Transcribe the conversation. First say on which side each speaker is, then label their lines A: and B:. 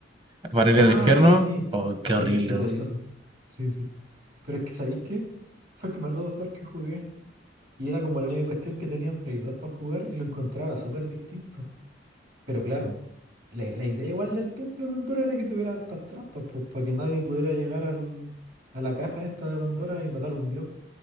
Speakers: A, on the right; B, on the right.
A: para
B: Ah,
A: ir al infierno,
B: sí, sí.
A: oh, qué
B: Sí,
A: horrible.
B: qué tedioso.
A: ¿no?
B: Sí, sí. Pero es que, ¿sabéis qué? Fue el primer God of War que jugué. Y era como la única cuestión que tenía en Play dos para jugar y lo encontraba súper distinto. Pero claro, la, la idea igual del Templo de Pandora era que tuviera hartas trampas, pues para que nadie pudiera llegar al, a la caja esta de Pandora y matar a un dios.